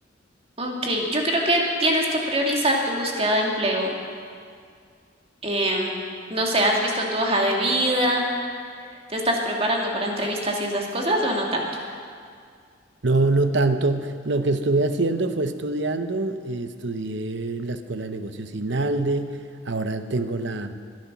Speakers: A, on the right; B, on the right.
A: Ok, yo creo que tienes que priorizar tu búsqueda de empleo Em, no sé, ¿has visto tu hoja de vida? ¿Te estás preparando para entrevistas y esas cosas o no tanto?
B: No, no tanto. Lo que estuve haciendo fue estudiando. eh, estudié en la Escuela de Negocios INALDE. Ahora tengo la,